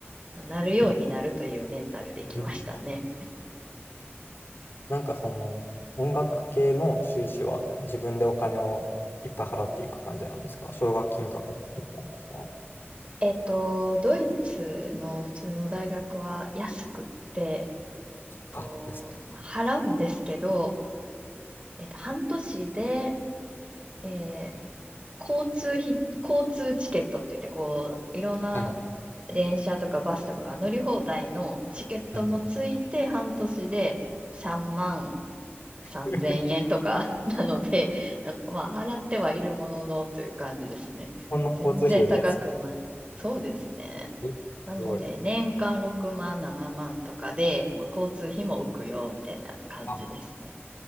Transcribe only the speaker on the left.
えうんなんかその、音楽系の修士は自分でお金をいっぱい払っていく感じなんですか奨学金とかだったんですか
あ、安
い。はい。
はい。
<laughs> 日
本の交通費より安
い。え、
すごい。
あ、